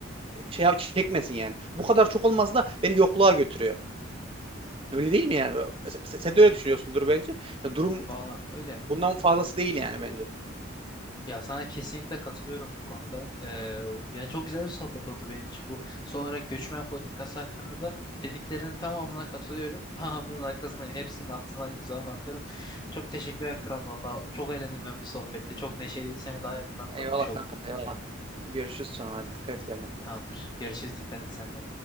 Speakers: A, on the right; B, on the left.
A: şey çekmesin yani. Bu kadar çok olması da beni yokluğa götürüyor. Öyle değil mi yani? Se- Sen de öyle düşünüyorsundur bence. Ya durum
B: Bana öyle.
A: bundan fazlası değil yani bence.
B: Ya sana kesinlikle katılıyorum bu konuda. Ee, yani çok güzel bir sohbet oldu benim için. Bu son olarak göçmen politikası hakkında da dediklerinin tamamına katılıyorum. <laughs> Tamamının arkasına hepsinin altına imzamı atarım. Çok teşekkürler kral valla. Çok eğlendim ben bu sohbette. Çok neşeliydi. Seni daha yakından tanımış
A: Eyvallah
B: oldum.
A: kanka eyvallah. Görüşürüz sonra. Hadi dikkat et kendine.
B: Tamamdır. Görüşürüz. Dikkat et sen de.